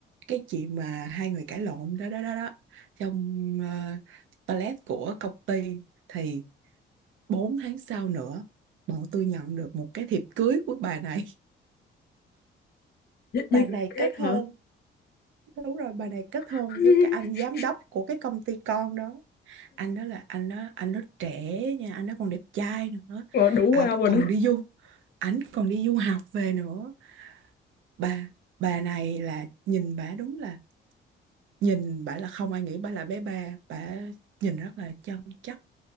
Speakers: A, on the right (about 75°); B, on the left (about 55°).
A: cái chuyện mà hai người cãi lộn đó đó đó đó trong ờ, toilet của công ty thì 4 tháng sau nữa bọn tôi nhận được một cái thiệp cưới của bà này
B: Với, với
A: bà này
B: người khác
A: kết hôn
B: hả?
A: đúng rồi bà này kết
B: <laughs>
A: hôn với cái anh giám đốc của cái công ty con đó anh đó là anh đó anh đó trẻ nha anh đó còn đẹp trai nữa
B: Rồi đủ
A: ảnh
B: wow rồi
A: còn
B: đó.
A: đi du ảnh còn đi du học về nữa bà bà này là nhìn bà đúng là nhìn bà là không ai nghĩ bà là bé ba bà nhìn rất là chân chất